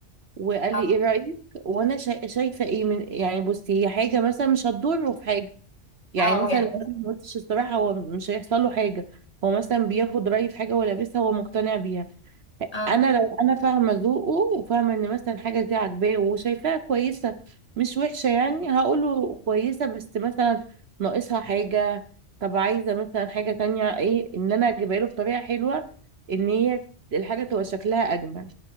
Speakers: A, on the right; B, on the left.
A: وقال
B: اه
A: لي ايه رأيك وانا شا- شايفة ايه من يعني بصي هي حاجة مثلا مش هتضره في حاجة يعني
B: اه
A: مثلا
B: يعني
A: لو انا ما قلتش الصراحة هو مش هيحصل له حاجة هو مثلا بياخد رأيي في حاجة هو لابسها هو مقتنع بيها
B: اه
A: انا لو انا فاهمه ذوقه وفاهمه ان مثلا حاجه دي عاجباه وشايفاها كويسه مش وحشه يعني هقوله كويسه بس مثلا ناقصها حاجه طب عايزه مثلا حاجه تانية ايه ان انا اجيبها له بطريقه حلوه ان هي الحاجه تبقى شكلها اجمل